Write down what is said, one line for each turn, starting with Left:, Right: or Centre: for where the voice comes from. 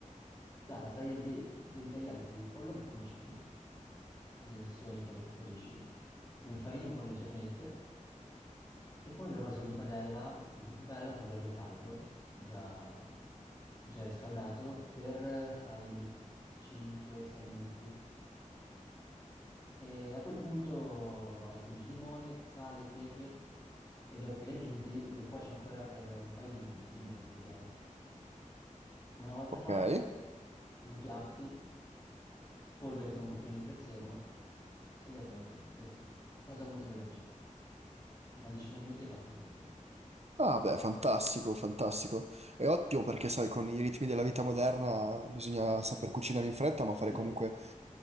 Left: guarda, taglia il pi- devi tagliare il il pollo a bocconcini, dimensioni come preferisci, lo infarini un po' leggermente e poi lo rosoli in padella, lo butti in padella con l'olio caldo, già, già riscaldato, per eh, fai 5-6 minuti. E a quel punto aggiungi limone, sale, pepe e dopo che li aggiunti lo cuoci ancora per un paio di, mu- di minuti, direi. Una volta
Right: Ok.
Left: fatto, impiatti, spolveri con un pochino di prezzemolo ed è pronto, così. Una cosa molto veloce. Una decina di minuti è fatto tutto.
Right: Ah, beh, fantastico, fantastico. È ottimo perché, sai, con i ritmi della vita moderna bisogna saper cucinare in fretta, ma fare
Left: Se
Right: comunque,